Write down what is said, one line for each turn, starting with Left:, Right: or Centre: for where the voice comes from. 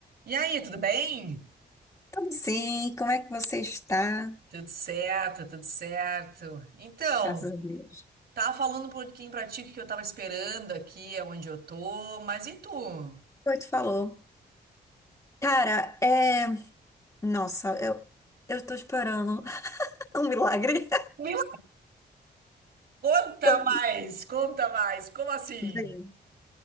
Right: E aí, tudo bem?
Left: Sim, como é que você está?
Right: Tudo certo, tudo certo. Então,
Left: Graças a Deus.
Right: tava falando um pouquinho pra ti o que que eu tava esperando aqui, onde eu tô, mas e tu?
Left: Oi, tu falou. Cara, é. Nossa, eu, eu tô esperando <laughs> um milagre.
Right: Me conta
Left: Eu-
Right: mais, conta mais, como assim?
Left: Vem.